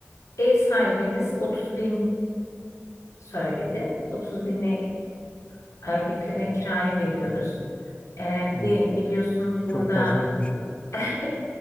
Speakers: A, on the left (about 90°); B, on the left (about 25°).
A: ev sahibimiz 30 bin söyledi. 30 bine aylık e, kiraya veriyoruz. Ee, bir
B: Oo.
A: de biliyorsunuz burada
B: Çok fazlaymış ya.
A: <laughs>